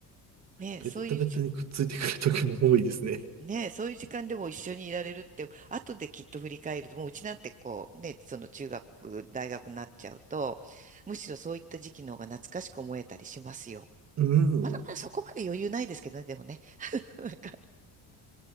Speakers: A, on the right (about 20°); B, on the right (about 45°).
A: ね、
B: ベッタベタにくっついてくる時も多いですね。
A: そういうじ、ね、そういう時間でも一緒にいられるって、後できっと振り返ると、もううちなんてこう、ね、その中学、大学になっちゃうと、むしろそういった時期の方が懐かしく思えたりしますよ。
B: うん。
A: まだまだそこまで余裕ないですけどね、でもね。<laughs>